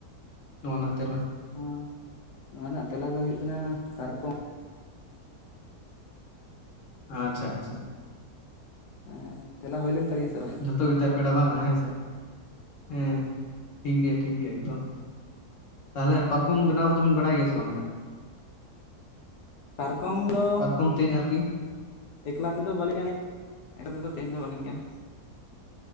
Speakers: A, on the left (about 60°); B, on the left (about 85°).
A: ᱱᱚᱣᱟᱱᱟᱜ ᱛᱮᱞᱟ᱾
B: ᱚᱸ ᱱᱚᱣᱟ ᱨᱮᱱᱟᱜ ᱛᱮᱞᱟ ᱫᱚ ᱦᱩᱭᱩᱜ ᱠᱟᱱᱟ ᱯᱟᱨᱠᱚᱢ᱾
A: ᱟᱪᱪᱷᱟ ᱟᱪᱪᱷᱟ᱾
B: ᱦᱮᱸ ᱛᱮᱞᱟ ᱦᱩᱭᱞᱮᱱ ᱛᱟᱞᱤᱧᱟ ᱥᱮ ᱵᱟᱝ?
A: ᱡᱷᱚᱛᱚ ᱜᱮᱛᱟᱭ ᱯᱮᱲᱟ ᱵᱟᱝᱟ ᱦᱮᱸᱥᱮ ᱦᱮᱸ ᱴᱷᱤᱠ ᱜᱮᱭᱟ ᱴᱷᱤᱠ ᱜᱮᱭᱟ ᱮᱠᱫᱚᱢ᱾ ᱛᱟᱦᱚᱞᱮ ᱯᱟᱨᱠᱚᱢ ᱵᱮᱱᱟᱣ ᱠᱚᱫᱚ ᱵᱤᱱ ᱵᱟᱲᱟᱭ ᱜᱮᱭᱟ ᱥᱮ ᱵᱟᱝᱟ?
B: ᱯᱟᱨᱠᱚᱢ ᱫᱚ
A: ᱯᱟᱨᱠᱚᱢ ᱛᱮᱧ ᱟᱨᱠᱤ
B: ᱮᱠᱞᱟ ᱛᱮᱫᱚ ᱵᱟᱹᱞᱤᱧ <inaudible> ᱮᱠᱞᱟ ᱛᱮᱫᱚ ᱛᱮᱦᱮᱧ ᱫᱚ ᱵᱟᱹᱞᱤᱧ <inaudible>